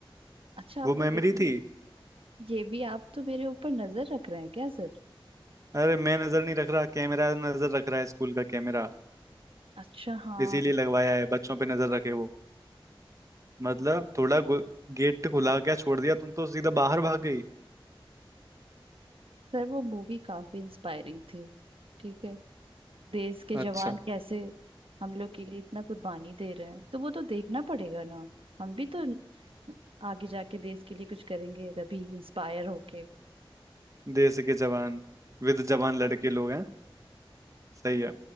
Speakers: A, on the right; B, on the right.
A: अच्छा आपको
B: वो
A: ये
B: मेमोरी
A: भी
B: थी
A: ये भी आप तो मेरे ऊपर नजर रख रहे हैं क्या सर
B: अरे मैं नजर नहीं रख रहा कैमरा नजर रख रहा है स्कूल का कैमरा
A: अच्छा हाँ
B: इसीलिए लगवाया है बच्चों पे नजर रखे वो मतलब थोड़ा गो- गेट खुला क्या छोड़ दिया तुम तो सीधा बाहर भाग गई
A: सर वो मूवी काफी इंस्पायरिंग थी ठीक है देश के
B: अच्छा
A: जवान कैसे हम लोग के लिए इतना कुर्बानी दे रहे हैं तो वो तो देखना पड़ेगा ना हम भी तो आगे जाके देश के लिए कुछ करेंगे तभी इंस्पायर होके
B: देश के जवान विद जवान लड़के लोग हैं सही है